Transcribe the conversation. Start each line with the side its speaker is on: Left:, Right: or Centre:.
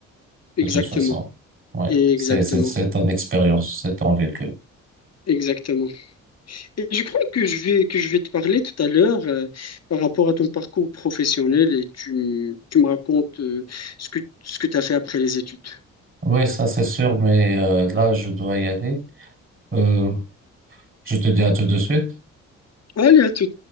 Left: Exactement,
Right: de toute façon. Ouais.
Left: exactement,
Right: C'est, c'est, c'est ton expérience, c'est ton vécu.
Left: exactement. Et je crois que je vais, que je vais te parler tout à l'heure euh, par rapport à ton parcours professionnel et tu, me- tu me racontes euh, ce que, ce que tu as fait après les études.
Right: Oui, ça c'est sûr, mais euh, là, je dois y aller. Euh, je te dis à tout de suite.
Left: Allez, à tout.